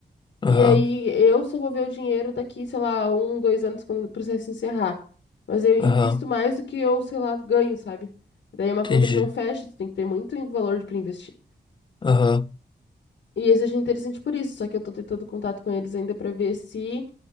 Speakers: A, on the left; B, on the left.
A: Aham,
B: E aí eu só vou ver o dinheiro daqui, sei lá, um, dois anos quando o processo encerrar. Mas eu invisto
A: aham,
B: mais do que eu, sei lá, ganho, sabe? Daí é uma
A: entendi.
B: conta que não fecha, tu tem que ter muito em- valor para investir.
A: Aham.
B: E esse eu achei interessante por isso, só que eu tô tentando contato com eles ainda para ver se